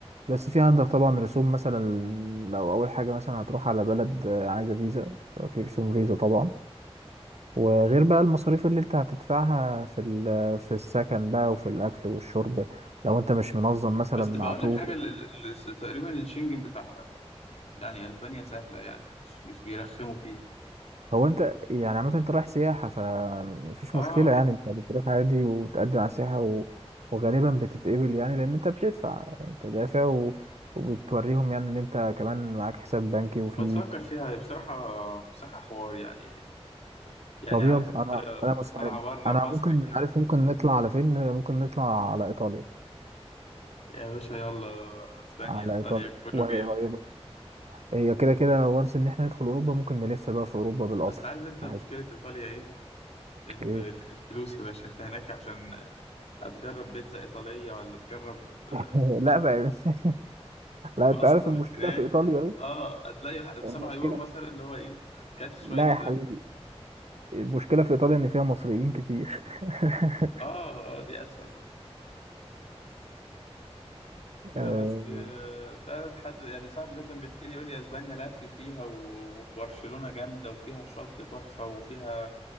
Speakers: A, on the right; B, on the left.
A: بس في عندك طبعا رسوم مثلا لو اول حاجة مثلا هتروح على بلد آه، عايزة فيزا في رسوم فيزا طبعا وغير بقى المصاريف اللي انت هتدفعها في ال- في السكن بقى وفي الاكل والشرب لو انت مش منظم مثلا
B: بس
A: مع
B: بقول
A: تور
B: لك حاجه ال- ال- ال- تقريبا الشنجن بتاع يعني اسبانيا سهله يعني مش مش بيرخموا فيه
A: هو انت يعني عامة انت رايح سياحة فمفيش
B: اه
A: مشكلة يعني انت بتروح عادي وتقدم على سياحة و... وغالبا بتتقبل يعني لان انت بتدفع تدافع و... وبتوريهم يعني ان انت كمان معاك حساب بنكي وفي
B: ما تفكر فيها بصراحه بصراحه حوار يعني يعني
A: طب
B: عارف
A: يلا
B: انت
A: انا انا مستعد
B: طالعه بره
A: انا
B: مصر
A: ممكن
B: كده
A: عارف ممكن نطلع على فين ممكن نطلع على ايطاليا
B: يا باشا يلا اسبانيا
A: على
B: ايطاليا
A: ايطاليا
B: كله
A: وهي
B: جامد
A: قريبة هي كده كده وانس ان احنا ندخل اوروبا ممكن نلف بقى في اوروبا بالقطر
B: بس عارف انت
A: عادي.
B: مشكله ايطاليا ايه ان
A: ايه
B: ال- الفلوس يا باشا انت هناك عشان هتجرب بيتزا ايطاليه ولا تجرب آه،
A: <laughs> لا بقى <laughs>
B: باستا
A: لا انت عارف المشكلة
B: من هناك
A: في ايطاليا
B: اه هتلاقي ب
A: ايه
B: 7
A: المشكلة
B: يورو مثلا اللي هو ايه كلت شويه
A: لا يا حبيبي المشكلة في إيطاليا إن فيها مصريين كتير <laughs>
B: اه اه دي اسوأ لا
A: آه،
B: بس آه، فعلا حد يعني صاحبي ده كان بيحكي لي يقول لي اسبانيا لف فيها و- وفي برشلونة جامدة وفيها شط تحفة وفيها